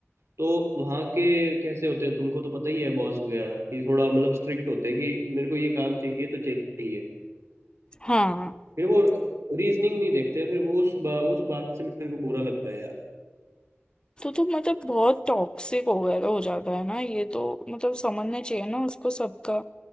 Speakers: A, on the right; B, on the left.
A: तो वहाँ के कैसे होते हैं तुमको तो पता ही है बॉस वगैरह कि थोड़ा मतलब स्ट्रिक्ट होते हैं कि मेरे को ये काम चाहिए तो चाहिए
B: हाँ
A: फिर वो रीजनिंग नहीं देखते फिर वो उस बा, उस बात से मेरे को बुरा लगता है यार
B: तो तो मतलब बहुत टॉक्सिक हो गया हो जाता है ना ये तो मतलब समझना चाहिए ना उसको सबका